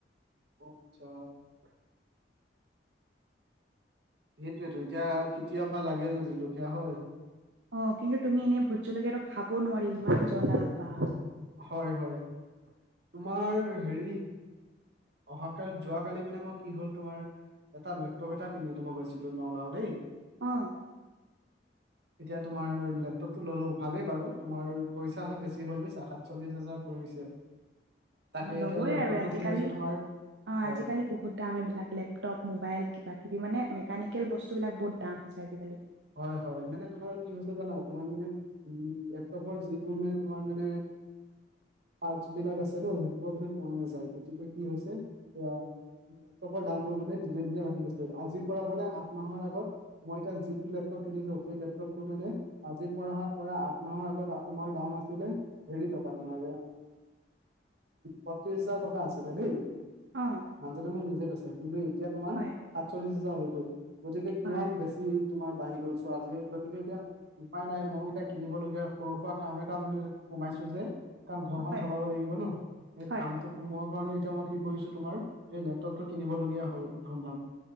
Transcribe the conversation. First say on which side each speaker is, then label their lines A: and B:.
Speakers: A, on the right; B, on the right.
A: <unintelligible> সেইটোয়েটো এতিয়া কেতিয়া পা লাগে জলকীয়া হয়
B: অ', কিন্তু তুমি এনেই ভোট জলকীয়াতো খাব নোৱাৰি ইমান জ্বলা বা
A: হয়, হয়। তোমাৰ হেৰি অহা কালি যোৱাকালি মানে মই কি হ'ল তোমাৰ এটা লেপটপ এটা কিনি দিব গৈছিলো নগাঁও দেই
B: অ'
A: এতিয়া তোমাৰ লেপটপটো ললো ভালেই বাৰু তোমাৰ পইচাহে বেছি হ'ল বুজিছা সাত চল্লিশ হাজাৰ পৰিছে। তাকে
B: লবই
A: এতিয়া লেপটপটো
B: আৰু আজিকালি
A: কি হৈছে তোমাৰ
B: অ'
A: হয়
B: আজিকালি বহুত দাম এইবিলাক লেপটপ মোবাইল কিবা কিবি মানে মেকানিকেল বস্তুবিলাক বহুত দাম হৈছে আজিকালি
A: হয় হয় মানে তোমাৰ কি হৈছে জানা তোমাৰ মানে উম লেপটপৰ যিবোৰ মানে তোমাৰ মানে পাৰ্টছ বিলাক আছে ন শষ বুলি পোৱা নাযায় গতিকে কি হৈছে এয়া লেপটপৰ দামবোৰ বোলে দিনে দিনে বাঢ়ি গৈছে আজিৰ পৰা বোলে আঠ মাহৰ আগত মই তাৰ লেপটপ কিনিছো সেই লেপটপটো মানে আজি পৰা আঠ মাহৰ আগত তোমাৰ দাম আছিলে হেৰি পাবা তোমাৰ
B: <inaudible>
A: পঁত্ৰিশ হাজাৰ টকা আছিলে দেই
B: অ',
A: মানুহজনে মোক নিজে কৈছে কিন্তু এতিয়া তোমাৰ
B: হয়,
A: সাতচল্লিশ হাজাৰ হৈ গ'ল গতিকে কিমান
B: হয়,
A: বেছি তোমাৰ বাঢ়ি গ'ল চোৱা আজি গতিকে এতিয়া উপায় নাই মইও এতিয়া কিনিব লগীয়া সৰু সুৰা কাম এটা মানে সোমাইছো যে কাৰণ ঘৰখন
B: হয়,
A: চলাব লাগিব ন এই
B: হয়,
A: কামতো সোমোৱা তে এতিয়া মই কি কৰিছো তোমাৰ সেই লেপটপতটো কিনিবলগীয়া হ'ল ধুমধাম।